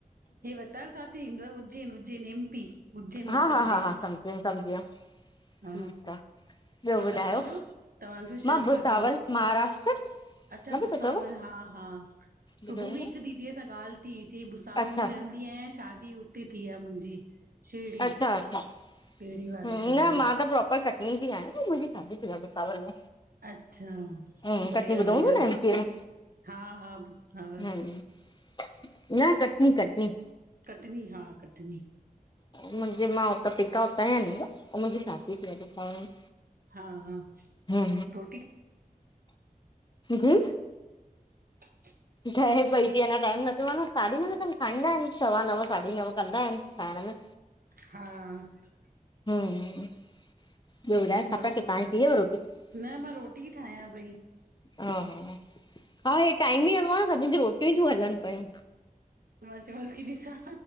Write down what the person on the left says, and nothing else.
हा हा
हा हा समझियम समझियम ठीक
आ। ॿियो
ॿुधायो
मां
भुसावल
महाराष्ट्र
न
ॿुधो
अथव
अच्छा
अच्छा अच्छा हं
न
मां त प्रोपर कट नीं जी आहियां न मुंहिंजी सादी थी आ भूसावल में
हम्म
कटनी ॿुधो
हूंदो न एमपी में
हम्म न कटनी कटनी
मुंहिंजे मां हुतां पिका उतांया अन ऐं मुंहिंजी शादी थी आ भूसावल में
हुं
जी?
ठहे पई थी अना टाइम न थियो आ न साढी नवें खन खाईंदा आहिन सवा नव साढी नव कंदा आहिनि खाइण में
हम ॿियो ॿुधाए, न
पापा के पाण पी वियो रोटी <unintelligible>
हा-हा, हा हे टाइम ई अहिड़ो आहे सभिनि खे रोटियूं तियूं हलनि पयूं।